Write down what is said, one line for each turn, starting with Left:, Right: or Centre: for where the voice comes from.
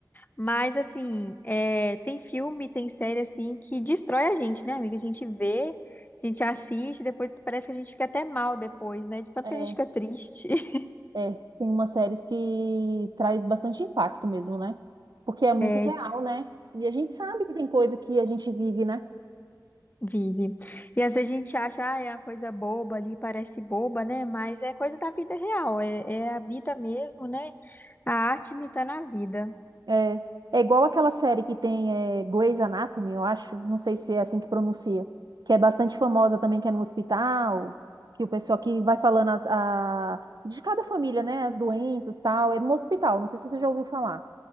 Left: Mas, assim, é, tem filme, tem série, assim, que destrói a gente, né, amiga? A gente vê, a gente assiste, depois parece que a gente fica até mal depois, né? De tanto
Right: É,
Left: que a gente fica triste. <laughs>
Right: é. Tem umas séries que traz bastante impacto mesmo, né? Porque é muito
Left: É,
Right: real,
Left: de-
Right: né? E a gente sabe que tem coisa que a gente vive, né?
Left: vive. E às vezes a gente acha, ah, é uma coisa boba ali, parece boba, né? Mas é coisa da vida real, é, é a vida mesmo, né? A arte imita na vida.
Right: É, é igual aquela série que tem é, Grey's Anatomy, eu acho, não sei se é assim que pronuncia, que é bastante famosa também, que é no hospital, que o pessoal que vai falando as- a, de cada família, né, as doenças tal, é no hospital, não sei se você já ouviu falar.